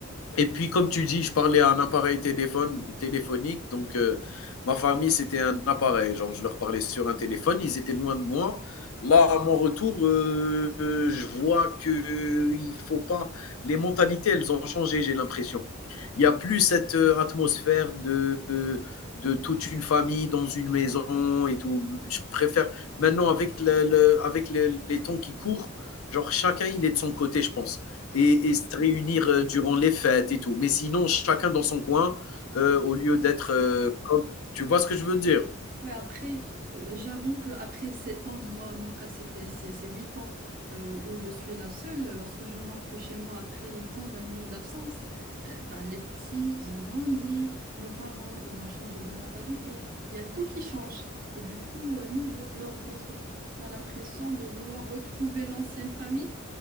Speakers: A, on the left (about 85°); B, on the right (about 45°).
A: Et puis, comme tu dis, je parlais à un appareil téléphone, téléphonique. Donc, euh, ma famille, c'était un appareil. Genre, je leur parlais sur un téléphone. Ils étaient loin de moi. Là, à mon retour, euh, euh, je vois que euh, il faut pas. Les mentalités, elles ont changé. J'ai l'impression. Il y a plus cette euh, atmosphère de, de de toute une famille dans une maison et tout. Je préfère maintenant avec le, le- avec les, les temps qui courent. Genre, chacun, il est de son côté, je pense et, et se réunir durant les fêtes et tout. Mais sinon, chacun dans son coin, euh, au lieu d'être euh, comme- Tu vois ce que je veux dire?
B: Ouais, après, euh, j'avoue que après 7 ans, moi, mon cas, c'était c'est, c'est 8 ans euh, où je suis la seule. Lorsque je rentre chez moi après tant d'années d'absence, euh, ben, les petits, ils ont grandi, nos parents, ils ont changé de mentalité. Il y a tout qui change. Et du coup, euh, nous, lo- lors de notre retour, on a l'impression de vouloir retrouver l'ancienne famille